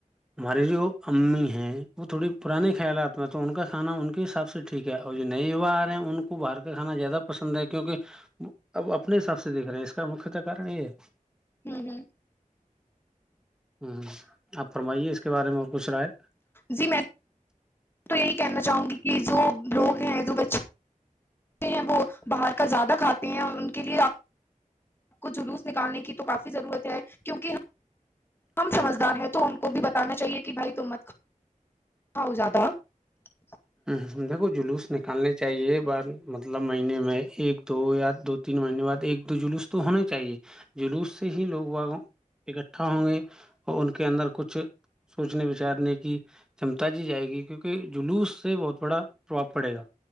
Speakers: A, in the centre; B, on the left.
A: ہماری جو امی ہے وہ تھوڑی پرانے خیالات میں تو ان کا کھا ان کے حساب سے ٹھیک ہے اور جو نئے یوا آ رہے ہیں ان کو باہر کا کھانا زیادہ پسند ہے کیونکہ اب اپنے حساب سے دیکھ رہے ہیں اس کا مکت کن یہ ہے
B: ہوں ہ
A: ہوں آپ فرمائیے اس کے بارے میں اور کچھ رائے
B: جی میں میں تو یہی کہنا چاہوں گی کہ جو لوگ ہیں جو بچے ہیں وہ باہر کا زیادہ کھاتے ہیں ان کے لیےپ آپ کو جلوس نکالنے کی تو کافی ضرورت ہے کیونکہ ہم سمجھدار ہیں تو ان کو بھی بتانا چاہیے کہ بھائی ت مت ہو جاتا <unintelligible>
A: ہ دیکھو جلوس نکالنے چاہیے بار مطلب مہینے میں ایک دو یا دو تین مہینے بعد ایک دو جلوس تو ہونا چاہیے جلوس سے ہی لوگ وہ اکٹھا ہوں گے اور ان کے اندر کچھ سوچنے بچارنے کی چمتا جی جائے گی کیونکہ جلوس اس سے بہت بڑا پرابپ پڑے گا